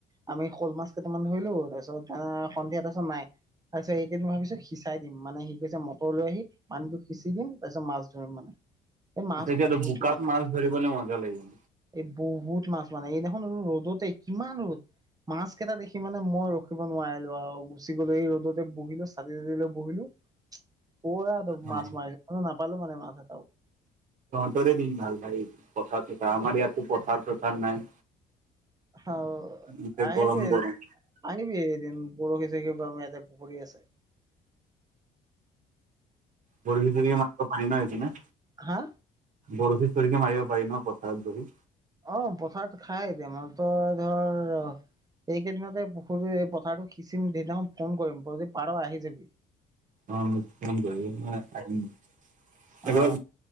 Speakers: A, on the right; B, on the right.
A: আমি শ'ল মাছ কেইটামান ধৰিলো তাৰপিছত সন্ধিয়া তাৰপিছত নাই তাৰিছত এটিয়েম হোৱা পিছত সি চাই দিম মানে কৈছে মটৰ লৈ আহি পানীটো সিচি দিম তাৰ পিছত মাছ ধৰিম মানে সেই মাছ
B: এতিয়াতো
A: বহুত
B: বুকাত
A: মানে
B: মাছ ধৰিবলৈ মজা লাগিব
A: এই বহুত মাছ মানে সেইদিনাখন ৰ ৰ'দতে কিমান ৰ'দ মাছ কেইটা দেখি মানে মই ৰখিব নোৱাৰিলো আৰু গুচি গলো এই ৰ'দতে বহিলো চাতি তাতি লৈ বহিলো পোৱা
B: অ
A: মাছ মাৰিলো নাপালো মানে মাছ এটাও
B: তহতে দিন ভাল ভাই পথাৰ আমাৰ ইয়াত পথাৰ চথাৰ নাই
A: অ
B: গোটেই
A: আহিবি
B: গৰম
A: এদিন
B: গৰম
A: আহিবি এদিন বৰশি সৰখি বাম আমি ইয়াতে পুখুৰী আছে
B: বৰশী মাৰিব পাৰি ন সেইপিনে
A: হা
B: বৰশী সৰসী মাৰিব পাৰি ন পথাৰত বহি
A: অ পথাৰত খাই এতিয়া মানে তই ধৰ অ এইকেইদিনতে পুখুৰী এই পথাৰতো সিঁচিম সেইদিনাখন ফোন কৰিম তই যদি পাৰ আহি যাবি
B: অ মোক ফন কৰিবি মই আহিম একেবাৰে
A: অ